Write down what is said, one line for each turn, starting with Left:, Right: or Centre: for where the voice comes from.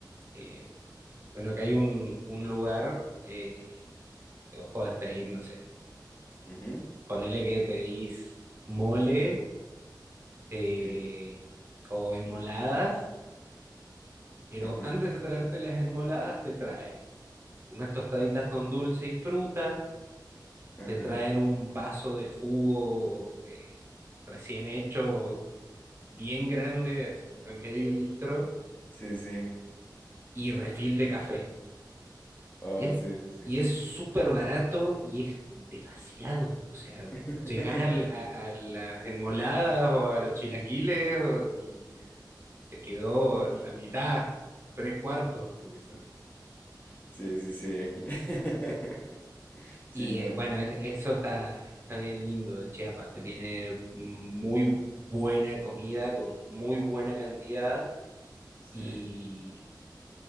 Right: Eh, bueno, acá hay un, un lugar. eh, Ojo, pedir, no sé.
Left: Ujú,
Right: Ponele que pedís mole eh,
Left: ok,
Right: o enmoladas, pero
Left: ajá,
Right: antes de traerte las enmoladas, te traen unas tostaditas con dulce y fruta,
Left: ajá.
Right: te traen un vaso de jugo eh, recién hecho, bien grande, así como de medio litro,
Left: Sí, sí.
Right: y refil de café.
Left: Oh,
Right: Y es,
Left: sí, sí.
Right: y es súper barato y es demasiado. O sea,
Left: <laughs>
Right: llegás al- a, a las enmoladas o a los chilaquiles o- y te quedó la mitad, tres cuartos. porque son-
Left: Sí, sí, sí. Sí, <laughs> Sí,
Right: Y
Left: no.
Right: eh, bueno,
Left: te-
Right: es- eso está, está bien lindo de Chiapas, que tiene muy buena comida con muy buena cantidad
Left: Sí.
Right: y,